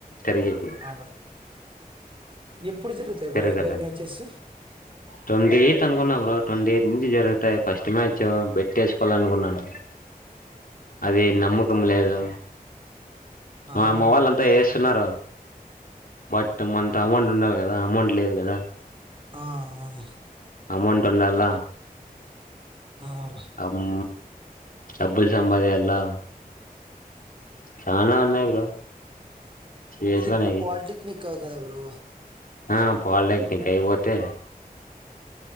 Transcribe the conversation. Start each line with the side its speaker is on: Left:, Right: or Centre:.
Left: తిరిగేకి
Right: ఆ ఎప్పుడు జరుగుతాయి బ్రో
Left: జరగదు
Right: ఐపీఎల్ మ్యాచెస్
Left: ట్వంటీ ఎయిత్ అనుకున్నా బ్రో ట్వంటీ ఎయిట్ నుంచి జరుగుతాయి ఫస్ట్ మ్యాచ్ బట్ట్టేసుకోవాలి అనుకున్నాను అది నమ్మకం లేదు
Right: ఆ
Left: మా
Right: బ్రో
Left: అమ్మ వాళ్ళ అంతా వేస్తున్నారు బట్ మంత అమౌంట్ ఉండాలి కదా అమౌంట్ లేదు కదా
Right: ఆ ఆ
Left: అమౌంట్ ఉండాల
Right: ఆ బ్రో
Left: అమ్ డబ్బుల్ సంపాదియాల ఎలా చాల ఉన్నాయి బ్రో చేసుకునేకి
Right: నీది ఇది ఇప్పుడు పాలిటెక్నిక్కాదు కదా బ్రో
Left: ఆ పాలిటెక్నికే అయిపోతే